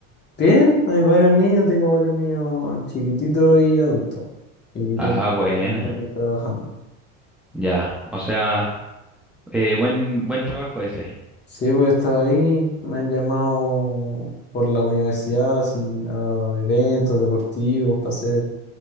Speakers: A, on the left; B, in the centre.
A: Bien, hay varios niños, tengo varios niños chiquititos y adultos. Y
B: Ah,
A: tengo un par
B: buena.
A: que también trabajando.
B: Ya, o sea, eh, buen, buen trabajo ese.
A: Sí, pues he estado ahí, me han llamado por la universidad, así, a eventos deportivos, para hacer